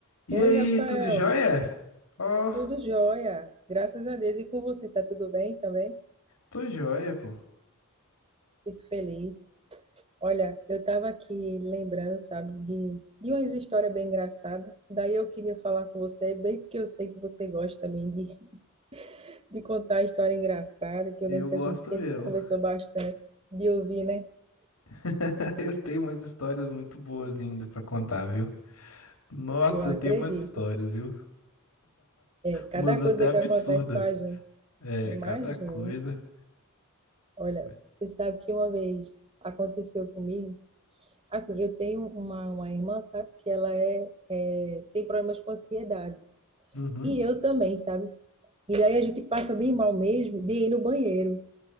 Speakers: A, on the left; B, on the right.
A: E
B: Oi,
A: aí,
B: Rafael.
A: tudo jóia? Ó,
B: Tudo jóia? Graças a Deus. E com você, tá tudo bem também?
A: tô jóia, pô.
B: Fico feliz. Olha, eu estava aqui lembrando, sabe, de, de umas histórias bem engraçadas. Daí eu queria falar com você, bem porque eu sei que você gosta também de, <laughs> de contar história engraçada, que eu
A: Eu
B: lembro que
A: gosto
B: a gente sempre
A: mesmo.
B: conversou bastante de ouvir, né?
A: <laughs> Eu tenho umas histórias muito boas ainda pra contar, viu? Nossa,
B: Eu acredito.
A: eu tenho umas histórias, viu?
B: É, cada
A: Umas até
B: coisa
A: absurdas.
B: que acontece com a gente.
A: É,
B: Imagine.
A: cada coisa.
B: Olha,
A: Vai.
B: você sabe que uma vez aconteceu comigo. Assim, eu tenho uma, uma irmã, sabe, que ela é, é, tem problemas com ansiedade.
A: Uhum.
B: E eu também, sabe? E daí a gente passa bem mal mesmo de ir no banheiro,